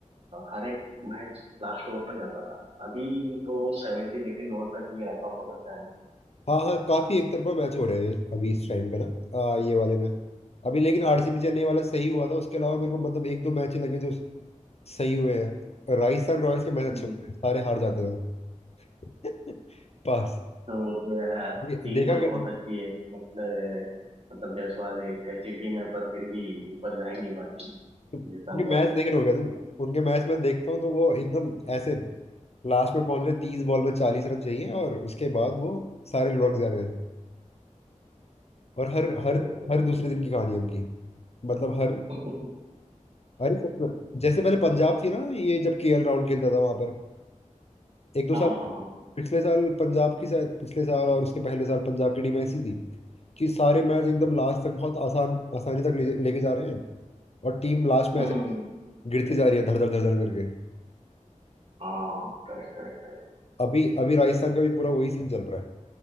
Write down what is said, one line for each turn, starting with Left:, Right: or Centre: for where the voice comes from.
Right: हर एक मैच लास्ट ओवर तक जाता था अभी तो सेवनटीन एटीन ओवर तक ये रैप अप हो जाता है मैच
Left: हाँ हाँ, काफी एक तरफा मैच हो रहे हैं अभी इस टाइम पे ना आ, ये वाले में अभी लेकिन आरसीबी चेन्नई वाला सही हुआ था उसके अलावा मेरे को मतलब एक दो मैच ही लगे जो सही हुए हैं राजस्थान रॉयल्स के मैच
Right: हम्म।
Left: अच्छे होते हैं सारे हार जाते हैं <laughs> पास
Right: तो, तो यार
Left: ये
Right: टीम
Left: देखा
Right: तो
Left: क्या
Right: बहुत
Left: तुम
Right: अच्छी है मतलब मतलब जायसवाल है एक अच्छी टीम है पर फिर भी ऊपर जा ही नहीं पाती राजस्थान
Left: तुम- उनके
Right: रॉयल
Left: मैच देखे हो गया तुम उनके मैच में देखता हूँ तो वो एकदम ऐसे लास्ट में पहुंच रहे तीस बॉल में चालीस रन चाहिए और उसके बाद वो सारे लुढ़क जा रहे हैं और हर हर
Right: Okay okay
Left: हर दूसरे दिन की कहानी है उनकी मतलब हर
Right: <laughs>
Left: अरे सच में, जैसे पहले पंजाब थी ना ये जब केएल राहुल खेलता था वहां पर एक दो
Right: हाँ
Left: साल
Right: हाँ हाँ हाँ
Left: पिछले साल पंजाब की शायद पिछले साल और उसके पहले साल पंजाब की टीम ऐसी थी कि सारे मैच एकदम लास्ट तक बहुत आसान आसानी तक ले, लेके जा रहे हैं और टीम लास्ट में
Right: हम्म
Left: ऐसे
Right: हम्म, हम्म।
Left: गिरती जा रही है धड़ धड़ धड़ धड़ करके
Right: हाँ करेक्ट करेक्ट करेक्ट
Left: अभी अभी राजस्थान का भी पूरा वही सीन चल रहा है